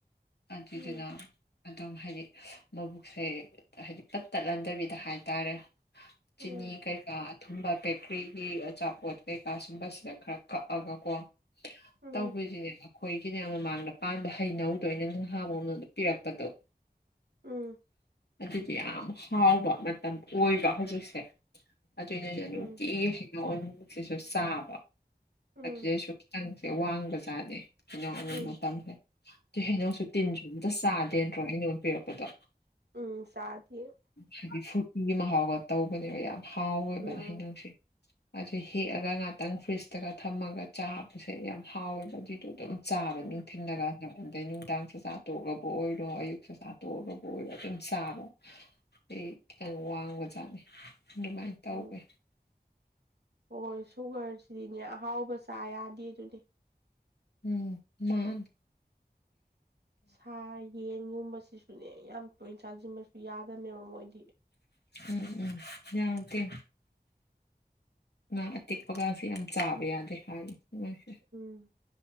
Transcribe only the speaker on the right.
ꯎꯝ
ꯎꯝ
ꯎꯝ
ꯎꯝ
ꯎꯝ
ꯎꯝ
ꯎꯝ
ꯎꯝ ꯆꯥꯗꯦ
ꯎꯝ
ꯎꯝ
ꯎꯝ ꯍꯣꯏ ꯁꯨꯒꯔꯁꯤꯗꯤꯅꯦ ꯑꯍꯥꯎꯕ ꯆꯥ ꯌꯥꯗꯦ ꯗꯨꯅꯦ
ꯁꯥ ꯌꯦꯟꯒꯨꯝꯕꯁꯤꯁꯨꯅꯦ ꯌꯥꯝ ꯇꯣꯏꯅ ꯆꯥꯁꯤꯟꯕꯁꯨ ꯌꯥꯗꯝꯅꯦꯕ ꯃꯣꯏꯗꯤ
ꯎꯝ